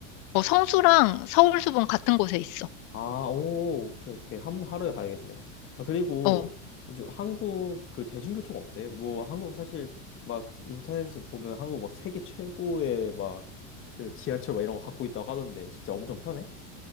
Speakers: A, on the left; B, on the left.
A: 어, 성수랑 서울숲은 같은 곳에 있어.
B: 아, 오, 오케이, 오케이. 한, 하루에 가야겠네. 아, 그리고
A: 어.
B: 요즘 한국 그 대중교통 어때? 뭐, 한국 사실 막 인터넷에서 보면 한국 막 세계 최고의 막 그 지하철 막 이런 거 갖고 있다고 하던데 진짜 엄청 편해?